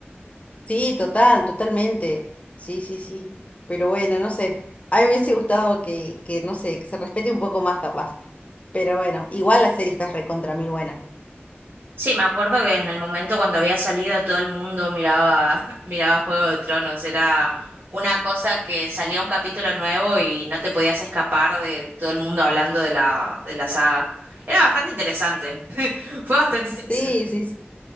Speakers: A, on the left; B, on the right.
A: Sí, total, totalmente, sí, sí, sí, pero bueno, no sé, a mí me hubiese gustado que, que no sé, que se respete un poco más capaz, pero bueno, igual la serie está recontra mil buena.
B: Sí, me acuerdo que en el momento cuando había salido todo el mundo miraba, <laughs> miraba Juego de Tronos. Era una cosa que salía un capítulo nuevo y no te podías escapar de todo el mundo hablando de la, de la saga. Era bastante interesante. <laughs> Fue bastante interesante.
A: Sí, sí, sí.